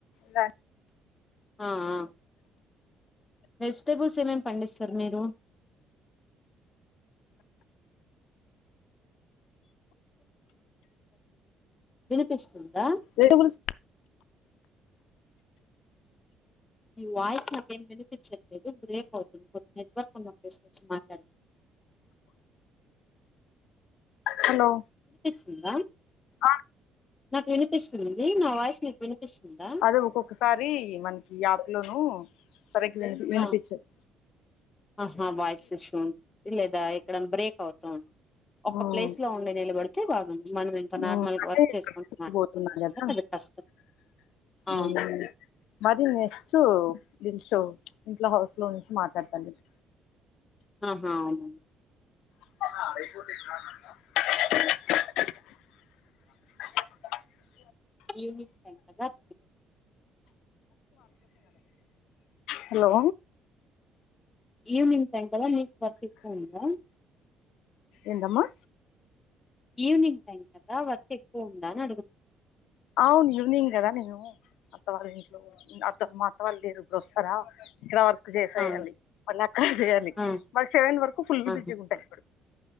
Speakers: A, on the left; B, on the left.
A: లన్
B: ఆఆ వెజిటేబుల్స్ ఏమేం పండిస్తరు మీరు వినిపిస్తుందా?
A: వెజిటబుల్స్
B: మి వాయిస్ నాకేం వినిపించట్ లేదు బ్రేక్ అవుతుంది కొద్దిగ నెట్వర్క్ ఉన్న ప్లేస్ కొచ్చి మాట్లాడవా
A: హలో
B: ఉందా
A: ఆ
B: నాకు వినిపిస్తుంది నా వాయిస్ మీకు వినిపిస్తుందా
A: అదే ఒక్కొక్కసారీ మనకి యాప్ లోనూ సరిగ్గ వినిపి వినిపిచ్చదు
B: ఆ ఆహా వాయిస్ ఇష్యూ ఉంటది లేదా ఎక్కడన్న బ్రేక్ అవుతూ ఉన్ ఒక్క
A: ఉమ్
B: ప్లేస్ లో ఉండి నిలబడితే బాగున్ మనం ఇంక నార్మల్గ
A: ఉమ్ అదే
B: వర్క్ చేసుకుంటూ మాట్లాడుతుంటాం
A: పోతున్నా కదా
B: గదా కోదిగ్ కష్టం అవును
A: ఉమ్ మది నెస్టు ఇష్షూ ఇంట్లో హౌస్ లో నుంచి మాట్లాడతన్ గద్
B: ఆహా అవునా
A: పో
B: ఈవనింగ్ టైం గదాసలు
A: హలో
B: ఈవినింగ్ టైం కదా, మీకు వర్క్ ఎక్కువుందా
A: ఏంటమ్మా
B: ఈవినింగ్ టైం కదా, వర్క్ ఎక్కువ ఉందా అని అడుగుతు
A: అవును ఈవినింగదా నేను అత్త వాళ్ళింట్లో ఉమ్ అత్త మా అత్త వాళ్ళు లేేరు ఇప్పుడోస్తరా ఇక్కడ వర్ క్ చేసేయాలి
B: ఆ
A: మళ్ళక్కడ జేయాలి
B: ఆ
A: మళ్ సెవెన్ వరకు ఫుల్
B: ఆహా
A: బిజీగుంటా ఇప్పుడు